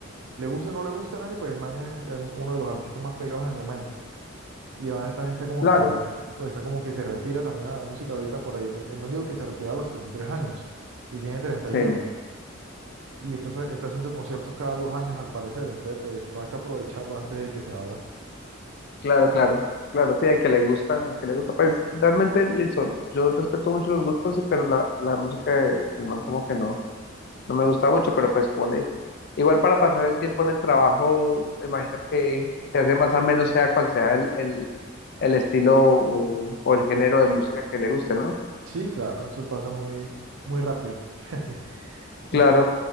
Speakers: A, on the right; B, on the left.
A: le guste o no le guste a nadie, pues el man es el- uno de los artistas más pegados en el momento. Y el man también está como
B: Claro,
A: que se, re- está como que se retira también a la música ahorita por ahí. El man dijo que se retira a los 33 años y tiene 31.
B: sí,
A: Y uno. Y está, está haciendo conciertos cada dos años al parecer, entonces pues todo hay que aprovecharlo antes de que se abra.
B: claro, claro. Claro, sí, al que le gusta, al que le gusta. Pues realmente, listo, yo respeto mucho los gustos, sí, pero la, la música del man como que no. no me gusta mucho, pero pues como le dije. Igual para pasar el tiempo en el trabajo, me imagino que se hace más o menos sea cual sea el, el, el estilo o, o el género de música que le guste, ¿no?
A: Sí, claro, eso pasa muy, muy rápido. <laughs> Bueno,
B: Claro,